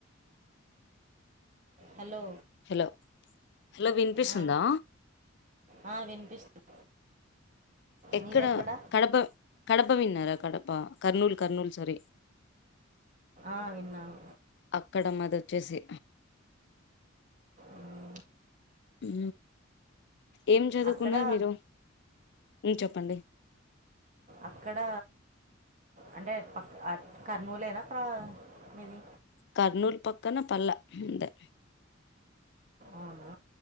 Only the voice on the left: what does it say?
హలో హలో వినిపిస్తుందా?
ఎక్కడ
కడప కడప కడప విన్నార కడపా కర్నూల్ కర్నూల్ సారీ
అక్కడ మాది వచ్చేసి
ఉ ఏం చదువుకున్నారు
మీరు ఊ చెప్పండి
కర్నూల్ పక్కన పల్లె అంతే